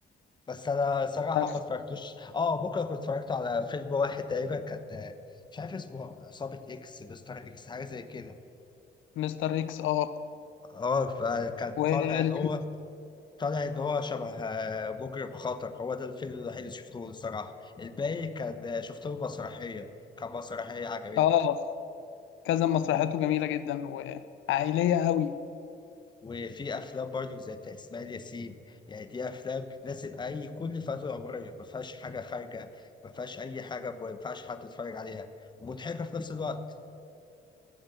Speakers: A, on the left; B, on the left.
A: بس انا صراحه
B: عارف
A: ما اتفرجتوش اه بكره كنت اتفرجت على فيلم واحد تقريبا كان مش عارف اسمه عصابه اكس مستر اكس حاجه زي كده
B: مستر اكس اه
A: اه فكان
B: و
A: طالع ان هو طالع ان هو شبه آه، مجرم خطر هو ده الفيلم الوحيد اللي شفته الصراحه الباقي كان آه، شفته مسرحيه كان مسرحيه عجبتني
B: اه كذا مسرحياته جميلة جدا وعائلية قوي
A: وفي افلام برضو زي بتاعت اسماعيل ياسين يعني دي افلام بتناسب اي كل فئه عمريه ما فيهاش حاجه خارجه ما فيهاش اي حاجه ما ينفعش حد يتفرج عليها ومضحكه في نفس الوقت